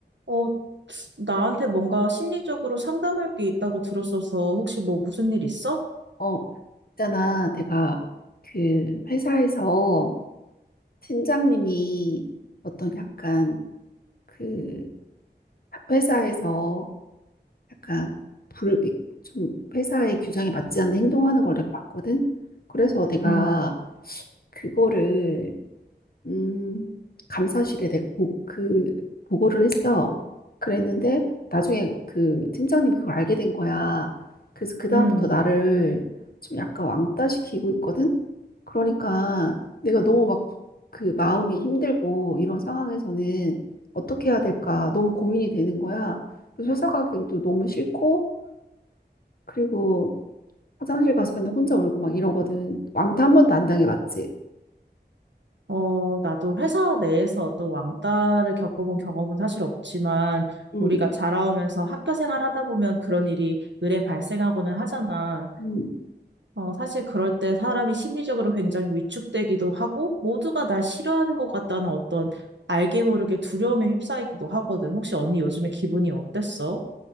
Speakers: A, on the right (about 85°); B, on the left (about 55°).
A: 어, 나한테 뭔가 심리적으로 상담할 게 있다고 들었어서 혹시 뭐 무슨 일 있어?
B: 어, 있잖아. 내가 그 회사에서 팀장님이 어떤 약간 그 회사에서 약간 불, 좀 회사의 규정에 맞지 않는 행동하는 걸 내가 봤거든. 그래서 내가
A: 응,
B: 그거를 음, 감사실에 내가 보, 그 보고를 했어. 그랬는데 나중에 그 팀장님이 그걸 알게 된 거야. 그래서 그다음부터
A: 응.
B: 나를 좀 약간 왕따시키고 있거든. 그러니까 내가 너무 막 그 마음이 힘들고 이런 상황에서는 어떻게 해야 될까 너무 고민이 되는 거야. 그래서 회사 가기도 너무 싫고 그리고 화장실 가서 맨날 혼자 울고 막 이러거든. 왕따 한 번도 안 당해봤지.
A: 어, 나도 회사 내에서 어떤 왕따를 겪어본 경험은 사실 없지만,
B: 응,
A: 우리가 자라오면서 학교 생활하다 보면 그런 일이 의례 발생하고는 하잖아.
B: 응.
A: 어, 사실 그럴 때 사람이 심리적으로 굉장히 위축되기도 하고, 모두가 날 싫어하는 것 같다는 어떤 알게 모르게 두려움에 휩싸이기도 하거든. 혹시 언니 요즘에 기분이 어땠어?